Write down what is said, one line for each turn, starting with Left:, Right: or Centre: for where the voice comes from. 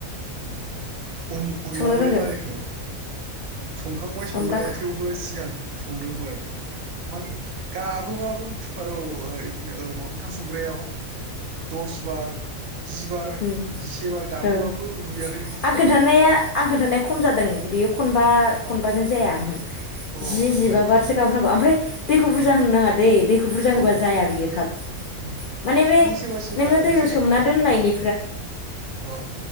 Right: उम अन अनलाखौलाय
Left: संनो रोंगोन
Right: मारै संओ संखांबाय संनाया
Left: अनला
Right: थेवबो सिगां संदोंमोन मानि गाबहोबाबो कुकाराव ओ बिदिनो ओ ओंखाम संग्रायाव दस बार जि बार
Left: ओं
Right: जिसे बार गाबहोबाबो
Left: ओं
Right: रुयाखै बुस्थुआनो
Left: आं खोनन्थानाया आं खोनन्थानाया खम जादों बेयो खनबा खनबाजों जाया ओहो
Right: अ
Left: जि
Right: खनबानो
Left: जिबा
Right: जायाना
Left: बारसो गाबहो नांगौ आमफ्राय दैखौ
Right: उम
Left: बुरजा होनो नाङा दै दैखौ बुरजा
Right: औ
Left: होबा जाया बियो थाब
Right: उम
Left: माने बे
Right: सोरबा सोरबा
Left: नोङो
Right: ओरै
Left: दैयाव
Right: सोलायलांबाय
Left: सोमना दोननायनि
Right: औ